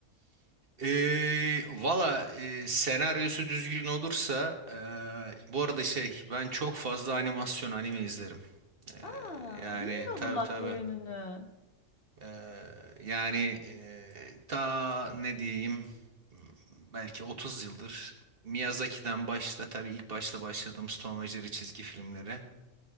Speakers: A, on the right; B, on the left.
A: Ee, valla e, senaryosu düzgün olursa e, bu arada şey ben çok fazla animasyon anime izlerim. Ee,
B: Aa,
A: yani
B: bilmiyordum
A: tabii
B: bak
A: tabii.
B: bu yönünü.
A: Ee, yani e, ta ne diyeyim belki 30 yıldır Miyazaki'den başta tabii ilk başta başladığım Stone ve Jerry çizgi filmleri.